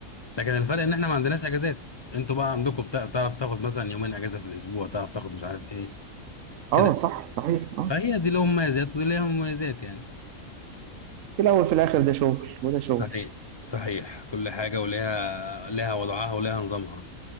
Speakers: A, on the left (about 35°); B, on the right (about 75°).
A: لكن الفرق ان احنا ما عندناش اجازات انتوا بقى عندكم بتا- تعرف تاخد مثلا يومين اجازه في الاسبوع تعرف تاخد مش عارف ايه
B: اه
A: كده
B: صح صحيح اه
A: فهي دي لهم مميزات ودي ليها مميزات يعني
B: في الاول في الاخر ده شغل وده شغل
A: صحيح صحيح كل حاجه وليها ليها وضعها وليها نظامها